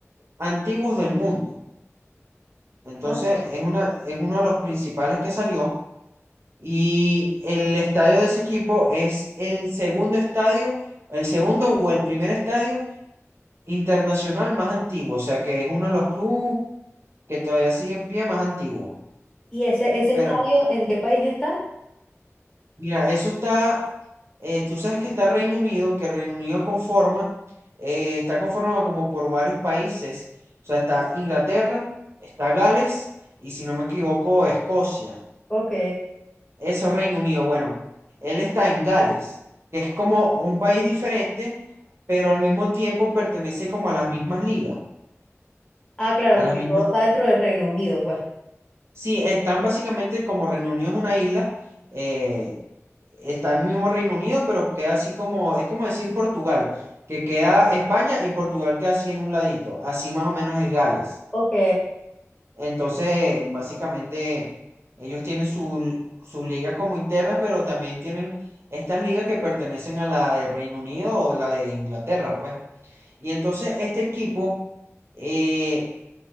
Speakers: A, on the right (about 55°); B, on the left (about 15°).
A: antiguos del mundo. Entonces,
B: Ajá.
A: es una, es uno de los principales que salió. Y el estadio de ese equipo es el segundo estadio, el segundo o el primer estadio internacional más antiguo, o sea que es uno de los clubes que todavía sigue en pie más antiguo.
B: ¿Y ese, ese
A: Pero
B: estadio en qué país está?
A: mira, eso está, eh, tú sabes que está Reino Unido, que Reino Unido conforma, eh, está conformado como por varios países, o sea, está Inglaterra, está Gales y si no me equivoco, Escocia.
B: Ok.
A: Eso es Reino Unido. Bueno, él está en Gales, que es como un país diferente, pero al mismo tiempo pertenece como a las mismas ligas,
B: Ah, claro,
A: a
B: porque
A: las mismas.
B: todo está dentro del Reino Unido, pues.
A: Sí, están básicamente como Reino Unido es una isla, eh, está en el mismo Reino Unido, pero queda así como, es como decir Portugal, que queda España y Portugal queda así en un ladito, así más o menos es Gales.
B: Ok.
A: Entonces, básicamente, ellos tienen su- sus ligas como internas, pero también tienen estas ligas que pertenecen a la de Reino Unido o la de Inglaterra, pues. Y entonces, este equipo eh,